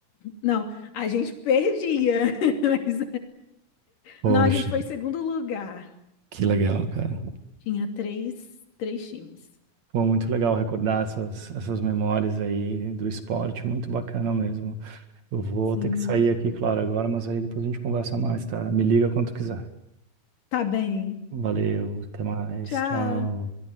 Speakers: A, on the left (about 80°); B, on the right (about 60°).
A: Não, a gente perdia, <laughs> mas
B: Poxa,
A: não, a gente foi em segundo lugar.
B: que legal, cara.
A: Tinha três, três times.
B: Pô, muito legal recordar essas, essas memórias aí do esporte, muito bacana mesmo. Eu vou
A: Sim,
B: ter que sair aqui, claro, agora, mas aí depois a gente conversa mais, tá? Me liga quando quiser.
A: tá bem.
B: Valeu, até mais,
A: Tchau.
B: tchau.